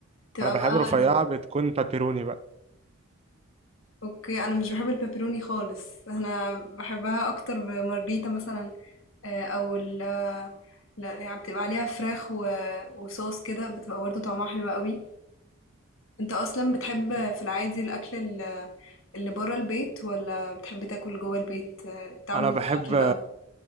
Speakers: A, on the left; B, on the right.
A: تبقى
B: انا بحب
A: بقى
B: رفيعه بتكون بابيروني بقى
A: اوكي انا مش بحب البيبروني خالص انا بحبها اكتر بمارجريتا مثلا آه، او ال لا يعني بتبقى عليها فراخ و... وصوص كده بتبقى برضه طعمها حلو قوي انت اصلا بتحب في العادي الاكل ال- اللي بره البيت ولا بتحب تاكل جوه البيت آه، تعمل
B: انا
A: انت
B: بحب
A: اكل بقى